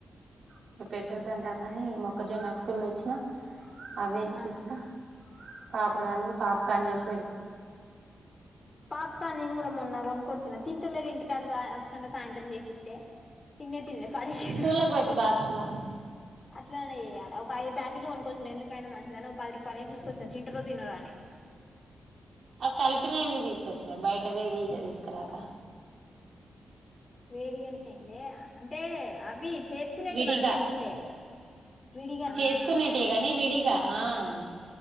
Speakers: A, on the right; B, on the left.
A: ఇంక పెట్టొద్దంటందని మొక్కజొన్న అటుకులు తెచ్చినా అవేం చేస్తా
B: ఆహా
A: పాపడాలు పాప్కార్న్ చేస్
B: పాప్కార్న్ నేన్ కూడా మొన్న కొనుక్కొచ్చిన తిన్ లేదు ఇంటికాడ రా వచ్చినక సాయంత్రం చేసితే తిన్నే తిన్లే పాడేసిరు
A: స్కూళ్ళకి పెట్టు బాక్స్ లా
B: అట్లానే చేయాలి ఒక ఐదు ప్యాకెట్లు కొనుక్కొచ్చినను ఎందుకైనా మంచిదని ఒక పది రూపాయల తీసుకొచ్చిన తింటరో తినరో అని
A: ఆ కలిపినియ్ ఏందుకు తీసుకొచ్చ బయట వెడి ఎల్స్ క్రకా
B: వేడిగానేంది అంటే అవి చేసుకునేటి
A: విడిగా
B: మనం వేగింట్లే విడిగా
A: చేసుకునేటివి
B: ఆ
A: గాని విడిగా ఆ